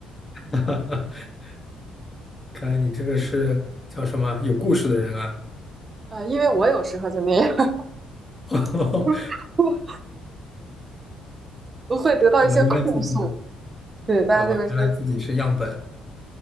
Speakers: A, on the left (about 15°); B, on the right (about 35°).
A: <laughs> 看来你这个是叫什么有故事的人啊？
B: 呃，因为我有时候就那样，
A: <laughs>
B: <laughs> 我我会得到一些控诉，
A: 好吧，原来自己
B: 对，大家就会说
A: 好吧，原来自己是样本。